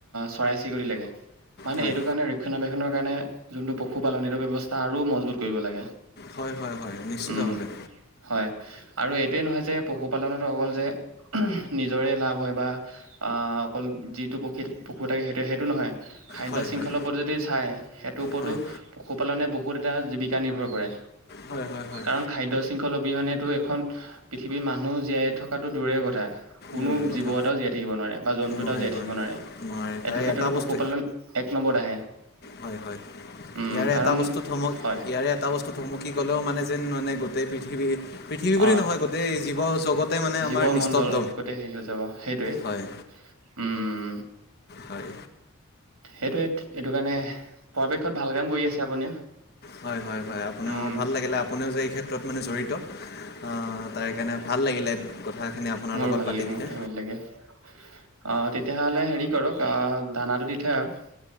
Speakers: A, on the right; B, on the left.
A: চৰাই চিৰিকতি লেকে মানে
B: হয়
A: এইটো কাৰণে ৰক্ষণাবেক্ষণ খনৰ কাৰণে যোনটো পশুপালন সেইটো ব্যৱস্থা আৰু মজবুত কৰিব লাগে
B: হয় হয় হয় নিশ্চিতভাৱে
A: উম। হয় আৰু এইটোৱেই নহয় যে পশুপালনত অকল যে নিজৰে লাভ হয় বা অকল যিটো পক্ষী পশু থাকে সেইটোৱে সেইটো নহয় খাদ্য
B: হয়
A: শৃংখলাৰ
B: হয়
A: ওপৰত যদি চায় সেইটোৰ ওপৰতো
B: হয়
A: পশু- পালনে বহুত এটা জীৱিকা নিৰ্ভৰ কৰে
B: হয় হয় হয়
A: কাৰণ খাদ্য- শৃংখল অবিহনেতো এখন পৃথিৱীৰ মানুহ জীয়াই থকাটো দূৰে কথা- কোনো
B: দূৰৰ কথা
A: জীৱ এটাও জীয়াই থাকিব নোৱাৰে বা জন্তু
B: নোৱাৰি
A: এটাও জীয়াই
B: নোৱাৰি
A: থাকিব নোৱাৰে
B: নোৱাৰে তাৰে
A: এইটো ক্ষেত্ৰতো
B: এটা বস্তু
A: পশুপালন। ব আহে
B: হয় হয়
A: উম
B: ইয়াৰে
A: কাৰণ
B: এটা বস্তু থমক
A: হয়
B: ইয়াৰে এটা বস্তু থমকি গ'লেও মানে যেন মানে গোটেই পৃথিৱীত পৃথিৱী বুলি
A: অ
B: নহয় গোটেই জীৱ জগতে মানে
A: জীৱমণ্ডল
B: আমাৰ নিস্তব্ধ
A: গোটেই হেৰি হৈ যাব সেইটোৱে
B: হয়।
A: উম
B: হয়
A: সেইটোৱে এইটো কাৰণে পৰাপক্ষত ভাল কাম কৰি আছে আপুনিও।
B: হয় হয় হয় আপুনিও
A: উম
B: ভাল লাগিলে আপুনিও যে এই ক্ষেত্ৰত মানে জড়িত অ তাৰে কাৰণে ভাল। ভাল লাগিলে। কথাখিনি আপোনাৰ
A: মোৰ
B: লগত
A: ভাল
B: পাতি
A: লাগে মোৰ
B: কিনে
A: ঠাই ভাল লাগে। অ তেতিয়াহ'লে হেৰি কৰক আহ দানাটো দি থৈ আহক।